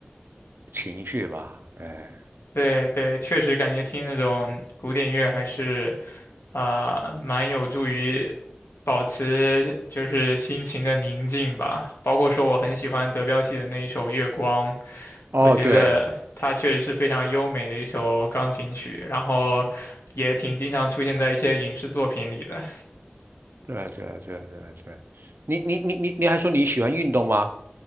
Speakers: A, on the right; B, on the left.
A: 情绪吧。哎，
B: 对对，确实感觉听那种古典乐还是啊、呃蛮有助于保持就是心情的宁静吧。包括说我很喜欢德彪西的那一首《月光》，
A: 哦，
B: 我觉得它确实是非常优美的一首钢琴曲，
A: 对
B: 然后也挺经常出现在一些影视作品里的。
A: 对对对对对，你你你你你还说你喜欢运动吗？